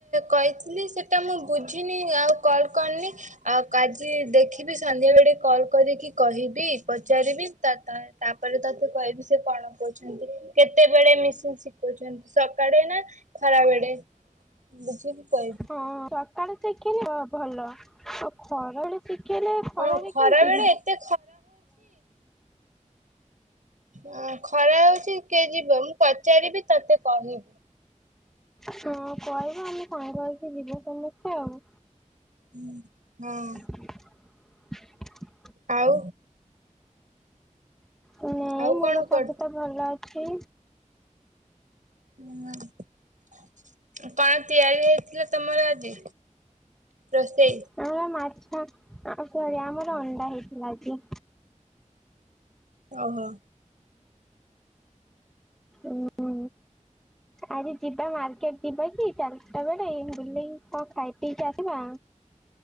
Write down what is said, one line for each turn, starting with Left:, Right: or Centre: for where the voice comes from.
Right: କହିଥିଲି ସେଇଟା ମୁଁ ବୁଝିନି ଆଉ କଲ୍ କରିନି। ଆଉ ଆଜି ଦେଖିବି ସନ୍ଧ୍ୟା ବେଳେ କଲ କରିକି କହିବି ପଚାରିବି ତାପରେ। ତାପରେ ତୋତେ କହିବି ସେ କଣ କହୁଛନ୍ତି? କେତେବେଳେ ମିସିନ ଶିଖଉଛନ୍ତି ସକାଳେ ନା? ଖରା ବଳେ ବୁଝିବି କହିବି?
Centre: ହଁ ସକାଳୁ ଦେଖଲି ଭଲ। ଖରବେଳେ ଶିଖେଇଲେ ଖରାରେ
Right: ହଁ ଖରା
Centre: କେମିତି
Right: ବେଳେ
Centre: ଯିବ?
Right: ଏତେ ହ ଖରା ହଉଛି କିଏ ଯିବ ମୁଁ ପଚାରିବି ତତେ କହିବି?
Centre: ହଁ କହିବ ଆମେ ସାଙ୍ଗ ହେଇକି ଯିବା ସମସ୍ତେ ଆଉ।
Right: ହଁ ହଁ।
Centre: <unintelligible>
Right: ଆଉ?
Centre: ନାଇଁ
Right: ଆଉ
Centre: ମୋର
Right: କଣ କରୁ
Centre: ସବୁ ତ ଭଲ ଅଛି।
Right: ମୁଁ କଣ ତିଆରି ହେଇଥିଲା ତମର ଆଜି ରୋଷେଇ?
Centre: ଆମର ମାଛ ସରି ଆମର ଅଣ୍ଡା ହେଇଥିଲା ଆଜି।
Right: ଓହୋ।
Centre: ଉଁ ଆଜି ଯିବା ମାର୍କେଟ ଯିବା କି ଚାରିଟା ବେଳେ ବୁଲେଇି କଣ ଖାଇ ପିଇକି ଆସିବା?